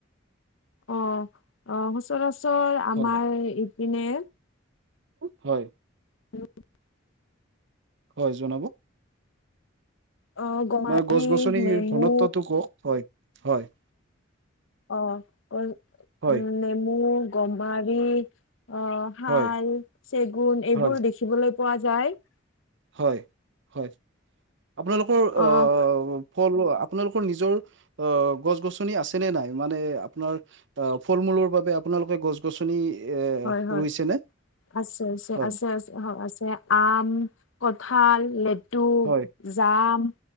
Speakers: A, on the left; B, on the right.
A: অ' অ, সচৰাচৰ আমাৰ
B: হয়
A: ইপিনে
B: হয়।
A: <unintelligible>
B: হয় জনাব।
A: অ', গমাৰি,
B: ম গছ-গছনিৰ
A: নেমু
B: ঘনত্বটো কওক হয় হয়।
A: অ'
B: হয়
A: নেমু, গমাৰী অ' শাল,
B: হয়
A: চেগুন
B: হয়
A: এইবোৰ দেখিবলৈ পোৱা যায়।
B: হয় হয় আপোনালোকৰ
A: অ',
B: আহ ফল আপোনালোকৰ নিজৰ অ' গছ-গছনি আছে নে নাই মানে আপোনাৰ আহ ফল মূলৰ বাবে আপোনালোকে গছ গছনি এ
A: হয় হয়
B: ৰুইছে নে
A: আছে আছে
B: হয়
A: আছে আছে হ আছে। আম, কঠাল, লেটুক,
B: হয়
A: জাম